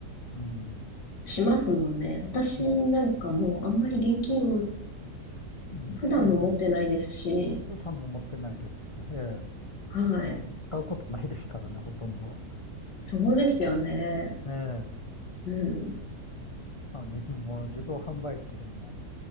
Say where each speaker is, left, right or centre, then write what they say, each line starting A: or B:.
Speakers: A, on the left; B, on the left.
A: うん。う
B: しますもんね。私なんかもうあんまり現金、
A: ん。うんええ。
B: 普段も持ってないですし、
A: 予算も持ってないです。え
B: はい。
A: え。もう使うことないですからね、ほとんど。
B: そうですよね。
A: ええ。
B: うん、
A: あの、今もう自動販売機でも、